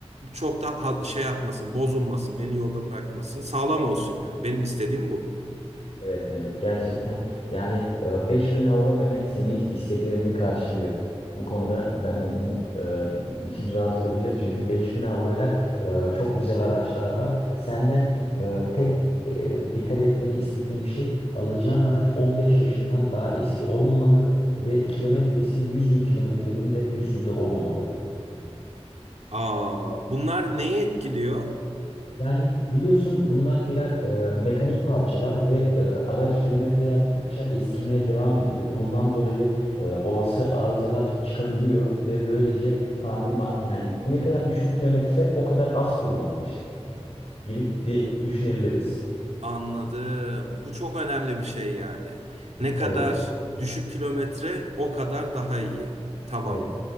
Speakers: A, on the right; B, on the left.
A: Çok da ha- şey yapmasın, bozulmasın, beni yolda bırakmasın. Sağlam olsun yani. Benim istediğim bu.
B: Evet Mehmet gerçekten yani e, 5000 avro Mehmet senin is- isteklerini karşılıyor. Bu konuda ben mu- mu- e, için rahat olabilir çünkü 5000 avroya e, çok güzel araçlar var. Senden e, tek e, dikkat etmeni istediğim şey alacağın araç 15 yaşından daha eski olmamalı ve kilometresi 100 bin kilometrenin de üstünde olmamalı.
A: Aa, bunlar neyi etkiliyor?
B: Yani biliyorsun bunlar birer e, mekanik parçalar ve e, araç kilometre yaptıkça eskimeye devam ediyor. Bundan dolayı e, olası arızalar çıkabiliyor ve böylece tamir ma- yani ne kadar düşük kilometre o kadar az kullanılmış gibi diye düşünebiliriz.
A: Anladım. Bu çok önemli bir şey yani.
B: Yani
A: Ne kadar
B: evet,
A: düşük kilometre o kadar daha iyi. Tamam.
B: evet.